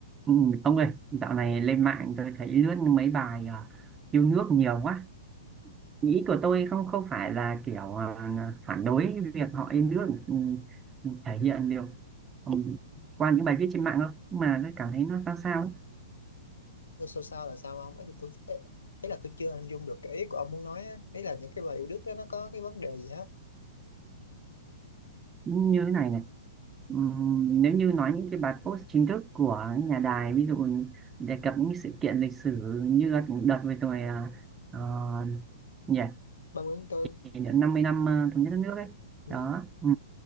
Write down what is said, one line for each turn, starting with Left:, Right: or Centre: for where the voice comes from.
Right: Ừ, ông ơi, dạo này lên mạng tôi thấy lướt mấy bài à, yêu nước nhiều quá. Ý của tôi không không phải là kiểu à, phản đối việc họ yêu nước ừ, thể hiện được ừ, qua những bài viết trên mạng đâu, mà tôi cảm thấy nó sao sao ấy.
Left: Thôi sao sao là sao ông ấy là tôi tôi- ấy là tôi chưa hình dung được cái ý của ông muốn nói á ấy là những cái bài yêu Đức đó nó có cái vấn đề gì hết
Right: Như thế này này. Ừ, nếu như nói những cái bài post chính thức của nhà đài, ví dụ đề cập những sự kiện lịch sử như đợt vừa rồi à, ờ, nhỉ,
Left: ba Nguyễn Tư
Right: kỷ niệm 50 năm à, thống nhất đất nước ấy.
Left: ừ,
Right: Đó. Ừ